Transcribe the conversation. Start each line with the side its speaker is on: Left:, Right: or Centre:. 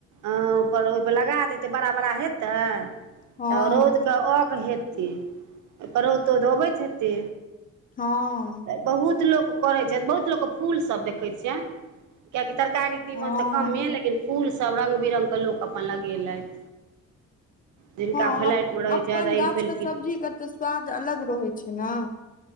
Right: अप ओइपर लगा देतै बड़ा बड़ा हेतै
Left: हँ
Right: तऽ रौदक अक हेतै ओतह रौद तौद अबैत हेतै
Left: हँ
Right: तऽ बहुत लोक करैय छैय बहुत लोको के फुल सब देखैय छियै कियाकि तरकारी तीमन
Left: हँ
Right: तऽ कमे लेकिन फुल सब रंग बिरंग के लोक अपन लगेलेथ जिनका
Left: हँ
Right: फ्लाइटमे रहैय
Left: अपन
Right: छैथ
Left: गाछ
Right: अइल फइल
Left: के सब्जी
Right: किछ
Left: के तऽ स्वाद अलग रहैय छैय न